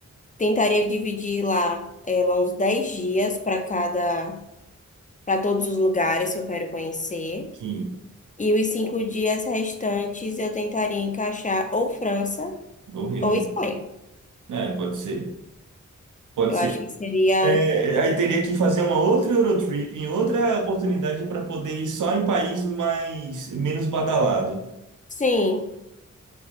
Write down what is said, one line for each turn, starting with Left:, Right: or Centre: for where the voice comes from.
Left: Tentaria dividir lá, eh, lá uns 10 dias para cada, para todos os lugares que eu quero conhecer.
Right: Sim,
Left: E os cinco dias restantes eu tentaria encaixar ou França
Right: ou Reino
Left: ou
Right: Unido.
Left: Espanha.
Right: É, pode ser. Pode
Left: Eu
Right: ser.
Left: acho que seria,
Right: É, aí teria que fazer uma outra Eurotrip, em outra oportunidade para poder ir só em país mais menos badalado,
Left: sim,